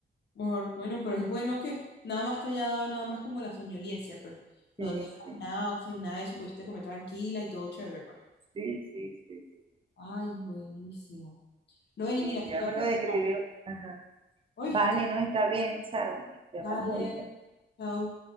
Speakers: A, on the left; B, on the right.
A: Por- bueno, pero es bueno que nada más te haya dado nada más como la soñolencia, pues.
B: Sí,
A: No te
B: sí,
A: dio náuseas ni nada de eso, pudiste comer tranquila y todo chévere, pues.
B: sí, sí, sí. sí.
A: Ay, buenísimo. Noeli,
B: Y
A: mira,
B: mi
A: te
B: tía
A: tengo
B: me
A: que
B: lo
A: dejar.
B: describió. Ajá.
A: Uy,
B: Vale, no está bien, Sharon, te
A: dale.
B: hablamos ahorita.
A: Chao.